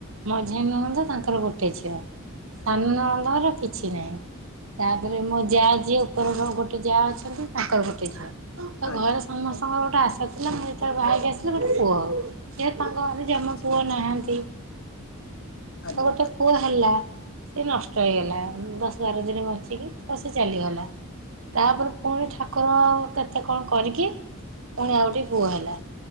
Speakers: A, on the right; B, on the left.
A: ମଝିଆ ନଣନ୍ଦ ତାଙ୍କର ଗୋଟେ ଝିଅ ସାନ ନନ୍ଦର କିଛି ନାହିଁ। ତାପରେ ମୋ ଯାଆ ଯିଏ ଉପର ଗୋଟେ ଯାଆ ଅଛନ୍ତି ତାଙ୍କର ଗୋଟେ ଝିଅ। ତ
B: ଆଜ୍ଞା।
A: ଘରେ ସମସ୍ତଙ୍କର ଗୋଟେ ଆଶା ଥିଲା ମୁଁ ଯେତେବେଳେ ବା ହେକି ଆସିଲି ଗୋଟେ ପୁଅ ହଉ। ତାଙ୍କ ଘରେ ଜମା
B: ଆଚ୍ଛା
A: ପୁଅ ନାହାନ୍ତି।
B: ଆଜ୍ଞା
A: ତ ଗୋଟେ ପୁଅ ହେଲା। ସେ ନଷ୍ଟ ହେଇଗଲା ଦଶ ବାର ଦିନ ବଞ୍ଚିକି ତା ସେ ଚାଲିଗଲା। ତାପରେ ପୁଣି ଠାକୁର ଆଉ କେତେ କଣ କରିକି ପୁଣି ଆଉ ଗୋଟେ ପୁଅ ହେଲା।